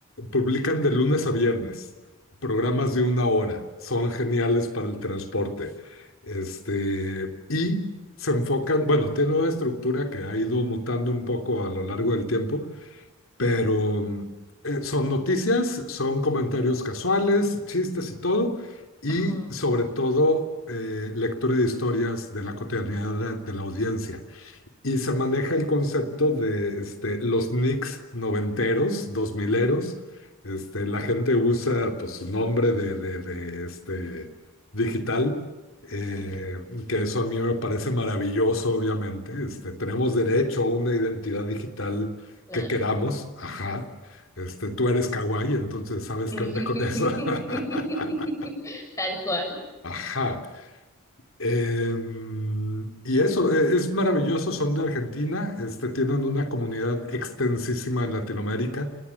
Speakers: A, on the left; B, on the left.
A: publican de lunes a viernes, programas de una hora, son geniales para el transporte. Este, y se enfocan, bueno, tiene una estructura que ha ido mutando un poco a lo largo del tiempo, pero mm, eh, son noticias, son comentarios casuales, chistes y todo, y
B: Ajá.
A: sobre todo eh, lectura de historias de la cotidianidad de, de la audiencia. Y se maneja el concepto de este, los nicks noventeros, dos mileros. Este, la gente usa pues, su nombre de, de- de, este, digital, eh,
B: Ujú.
A: que eso a mí me parece maravilloso, obviamente. Este, tenemos derecho a una identidad digital
B: Claro.
A: que queramos. Ajá. Este, tú eres kawaii, entonces sabes
B: <laughs>
A: qué onda con eso. <laughs>
B: Tal cual.
A: Ajá. Em, y eso, e- es maravilloso, son de Argentina, este, tienen una comunidad extensísima en Latinoamérica.